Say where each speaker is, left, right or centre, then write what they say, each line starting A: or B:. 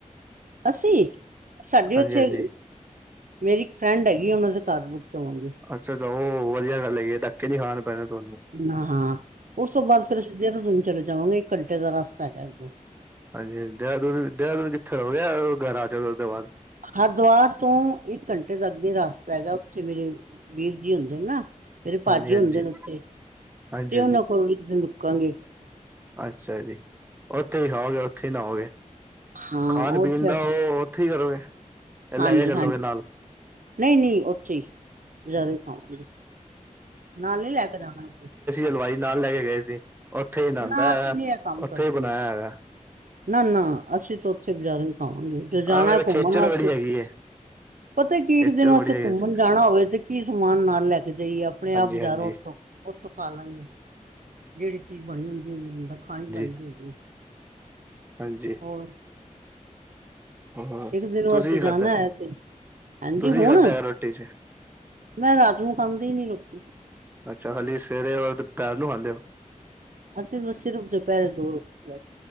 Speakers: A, on the right (about 85°); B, on the right (about 15°).
A: ਅਸੀਂ, ਸਾਡੇ
B: ਹਾਂਜੀ
A: ਉੱਥੇ
B: ਹਾਂਜੀ
A: ਮੇਰੀ ਇੱਕ ਫਰੈਂਡ ਹੈਗੀ ਉਹਨਾਂ ਦੇ ਘਰ ਰੁਕਤਵਾਂਗੇ।
B: ਅੱਛਾ-ਅੱਛਾ, ਉਹ ਵਧੀਆ ਗੱਲ ਹੈਗੀ ਹੈ ਡੱਕੇ ਨੀ ਖਾਣਾ ਪੈਣਾ ਤੁਹਾਨੂੰ।
A: ਹ-ਹਾਂ ਉਸ ਤੋਂ ਬਾਅਦ ਫਿਰ ਅਸੀਂਧਰ ਦਨ ਚਲੇ ਜਾਵਾਂਗੇ ਇੱਕ ਘੰਟੇ ਦਾ ਰਸਤਾ ਹੈਗਾ ਇੱਕਦੋਂ।
B: ਹਾਂਜੀ ਹ ਦੇਹਰਾਦੂਨ- ਦੇਹਰਾਦੂਨ ਕਿੱਥੇ ਰੋ ਗਿਆ ਘਰ ਆ ਜਾਵੇ ਉਸਦੇ ਬਾਅਦ।
A: ਹਰਿਦੁਵਰ ਤੋਂ ਇੱਕ ਘੰਟੇ ਤੱਕਗੇ ਰਸਤਾ ਹੈਗਾ ਉੱਥੇ ਮੇਰੇ ਵੀਰ ਜੀ ਹੁੰਦੇ ਨੇ ਨਾ ਮੇਰੇ ਭਾਜੀ
B: ਹਾਂਜੀ ਹਾਂਜੀ
A: ਹੁੰਦੇ ਨੇ ਉੱਥੇ
B: ਹਾਂਜੀ
A: ਤੇ ਉਹਨਾਂ ਕੋਲ ਲੁਕਾਂਗੇ <unintelligible>
B: ਅਛਾ, ਜੀ ਉਥੇ ਹੀ ਖਾਓਗੇ ਉਥੇ ਹੀ ਨਾ ਹੋਓਗੇ।
A: ਹਾਂ
B: ਖਾਣ-
A: ਉੱਥੇ
B: ਪੀਣ ਦਾ
A: ਆਪਾਂ
B: ਉਹ ਉਥੇ ਹੀ ਕਰੋਗੇ?
A: ਹਾਂਜੀ-
B: ਲੈ ਕੇ ਚੱਲੋਗੇ
A: ਹਾਂਜੀ
B: ਨਾਲ
A: ਨਹੀ- ਨਹੀ ਉਥੇ ਹੀ। ਬਾਜਾਰੋ ਹੀ ਖਾਵਾਗੇ ਨਾਲ ਨੀ ਲੈ ਕੇ ਜਾਣਾ।
B: ਅਲਵਾਈ ਨਾਲ ਲੈ ਕੇ ਗਏ ਸੀ ਉਥੇ ਹੀ ਨਆਦਾ
A: ਨਾ ਅਸੀਂ
B: ਹੈਗਾ
A: ਨੀ ਇਹ ਕੰਮ
B: ਉਥੇ
A: ਕਰਦੇ
B: ਹੀ ਬਣਾਇਆ ਹੈਗਾ।
A: ਨਾ- ਨਾ ਅਸੀ ਤਾਂ ਉਥੇ ਬਜ਼ਾਰੇੋ ਖਾਵਾਂਗੇ ਜੇ ਜਾਣਾ
B: ਹਾਂ ਵੈਸੇ
A: ਹੈ। ਘੁੰਮਣ
B: ਖੇਚਲ
A: ਵਾਸਤੇ-
B: ਬੜੀ ਹੈਗੀ ਹੈ
A: ਪਤਾ ਕੀ ਇਕ
B: ਖੇਚਲ
A: ਦਿਨ ਅਸੀੇ
B: ਬੜੀ ਹੈਗੀ
A: ਘੁੰਮਣ ਜਾਣਾ ਹੋਵੇ ਤੇ ਕੀ ਸਮਾਨ ਨਾਲ ਲੈ ਕੇ ਜਾਈਏ ਆਪਣੇ
B: ਹਾਂਜੀ
A: ਆਪ ਬਜਾਰੋ
B: ਹਾਂਜੀ
A: ਉਥੋ- ਉਥੋ ਖਾਲਾਗੇ ਜਿਹੜੀ ਚੀਜ ਬਣੀ ਹੁੰਦੀ ਹੋਈ ਬੰਦਾ ਖਾਣੀ ਬਣਦੀ
B: ਜੀ
A: ਹੋਵੇ-
B: ਹਾਂਜੀ-
A: ਹੋਰ-
B: ਹਾਂ
A: ਇਕ ਦਿਨ ਵਾਸਤੇ
B: ਤੁਸੀਂ
A: ਜਾਣਾ
B: ਖਾਧਾ
A: ਹੈ। ਤੇ ਹਾਂਜੀ
B: ਤੁਸੀਂ
A: ਹੁਣ-
B: ਖਾਧਾ ਹੈ ਰੋਟੀ ਚ
A: ਮੈ ਰਾਤ ਨੂੰ ਖਾਂਦੀ ਨੀ ਰੋਟੀ।
B: ਅਛਾ ਹਾਲੀ ਸਵੇਰੇ ਵ ਦੁਪਹਿਰ ਨੂੰ ਖਾਂਦੇ ਹੋ।
A: ਅਸੀ ਸਿਰਫ ਦੁਪਹਿਰੇ ਦੋ ਬਸ